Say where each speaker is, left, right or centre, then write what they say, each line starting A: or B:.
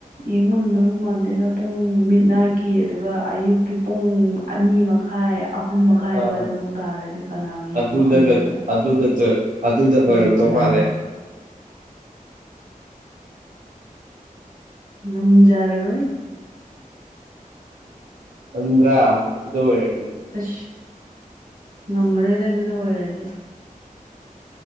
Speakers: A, on the right; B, on the right.
A: ꯌꯦꯡ ꯉꯝꯗꯧꯒ ꯃꯥꯟꯗꯦꯗ ꯄꯨꯡ ꯃꯤꯠꯅꯥꯏꯠꯀꯤ ꯑꯗꯨꯒ ꯑꯌꯨꯛꯀꯤ ꯄꯨꯡ ꯑꯅꯤ ꯃꯈꯥꯏ ꯑꯍꯨꯝ ꯃꯈꯥꯏ
B: ꯑꯥ
A: ꯑꯗ꯭ꯋꯥꯏꯗ ꯑꯃꯨꯛ ꯇꯥꯔꯗꯤ ꯀꯅꯥꯅ ꯌꯦꯡꯕ
B: ꯑꯗꯨꯗꯒ
A: ꯉꯝꯗꯣꯏꯅꯣ
B: ꯑꯗꯨꯗ ꯑꯗꯨꯗ ꯑꯣꯏꯔꯛꯇꯧ
A: ꯑꯩꯗꯤ ꯉꯝꯖꯔꯔꯣꯏ
B: ꯃꯥꯜꯂꯦ
A: ꯉꯝꯖꯔꯔꯣꯏ
B: ꯇꯟꯗ꯭ꯔꯥ ꯑꯗꯨꯗ ꯑꯣꯢꯔꯗꯤ
A: ꯑꯁ ꯉꯝꯃꯔꯣꯢꯗ ꯑꯗꯨꯗ ꯑꯣꯏꯔꯗꯤ